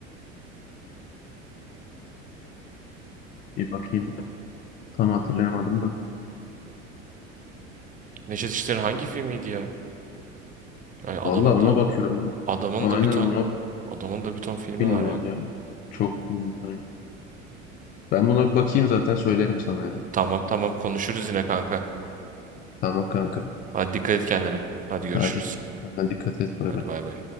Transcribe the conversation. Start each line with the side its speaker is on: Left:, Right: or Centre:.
Left: Bir bakayım. Tam hatırlayamadım da.
Right: Neşet İşler'in hangi filmiydi ya? Yani adamın
Left: Vallahi ona
Right: da
Left: bakıyorum.
Right: adamın
Left: Aynen
Right: da bir ton
Left: ona
Right: adamın da bir ton
Left: çok
Right: filmi
Left: film
Right: var
Left: var
Right: ya.
Left: yani. Çok film var. Ben buna bakayım zaten söylerim sana ya.
Right: Tamam tamam konuşuruz yine kanka.
Left: Tamam kanka.
Right: Hadi dikkat et kendine. Hadi görüşürüz.
Left: Hadi kendine dikkat et. Bay
Right: Hadi
Left: bay.
Right: bay bay.